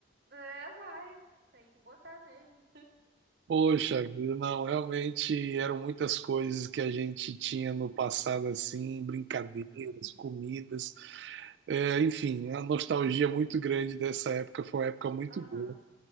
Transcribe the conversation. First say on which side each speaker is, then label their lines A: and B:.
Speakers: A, on the right; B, on the right.
A: é, vai. Tem que botar mesmo.
B: Poxa vida, não, realmente eram muitas coisas que a gente tinha no passado, assim, brincadeiras,
A: Uhum.
B: comidas, é, enfim, a nostalgia muito grande dessa época, foi uma época muito
A: Aham.
B: boa.